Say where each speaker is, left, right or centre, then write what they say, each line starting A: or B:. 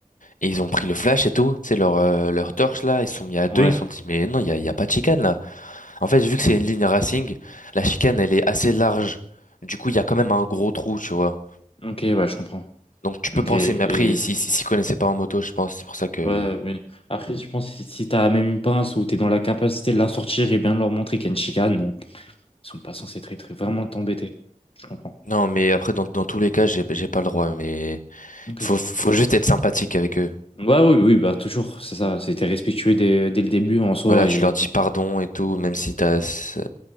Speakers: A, on the left; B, on the left.
A: Et ils ont pris le flash et tout, tu sais, leur, euh, leur torche là, ils se sont mis à deux,
B: Ouais.
A: ils se sont dit, mais non, il y a, il y a pas de chicane là. En fait, vu que c'est une ligne racing, la chicane, elle est assez large. Du coup, il y a quand même un gros trou, tu vois.
B: Ok, ouais, je comprends.
A: Donc tu peux
B: Ok.
A: penser,
B: Et...
A: mais après, ils s'y s'y- s'y connaissaient pas en moto, je pense, c'est pour ça que...
B: Ouais, oui. Après, je pense que si si t'as même une pince ou t'es dans la capacité de la sortir et bien de leur montrer qu'il y a une chicane, euh, ils sont pas censés très, très vraiment t'embêter. Je comprends.
A: Non, mais après, dans, dans tous les cas, j'ai j'ai pas le droit,
B: Hmm.
A: mais...
B: Ok.
A: Faut, faut juste être sympathique avec eux.
B: Ouais, oui, oui, bah toujours, c'est ça. C'était respectueux dès, dès le début en soi
A: Voilà, tu
B: et.
A: leur dis pardon et tout, même si t'as, ça